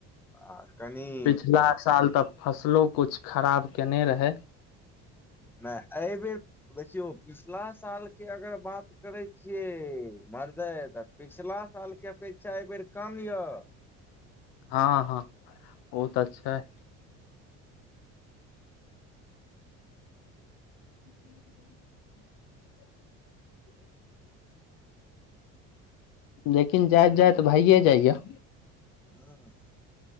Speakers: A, in the centre; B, on the left (about 70°).
A: आ कनी- -
B: पिछला साल तऽ फसलो कुछ खराब केने रहे।
A: नहि एहि बेर- - बेसयो पिछिला सालके अगर बात करै छियै मरदय त- - पिछला साल के अपेक्षा एहि बेर कम यऽ
B: हँ ह ओ त छैय। ह लेकिन जात जाय भइए जाइया।
A: हँ